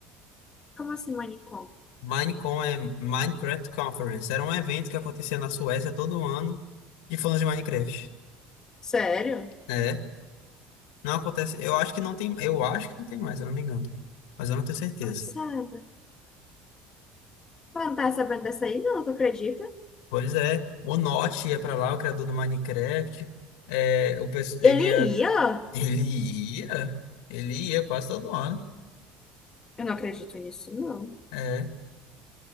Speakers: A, on the left; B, on the left.
A: Como assim, manicom?
B: Minecon é Minecraft Conference. Era um evento que acontecia na Suécia todo ano de fãs de Minecraft.
A: Sério?
B: é Não acontece. Eu acho que não tem. Eu acho que não tem mais, se eu não me engano. Mas eu não tenho certeza.
A: Passada. Ela não tá sabendo dessa aí, não, tu acredita?
B: Pois é, o Notch ia pra lá, o criador do Minecraft. É, o, pes- ele
A: Ele
B: ia.
A: ia?
B: Ele ia. Ele ia quase todo ano.
A: Eu não acredito nisso, não.
B: É.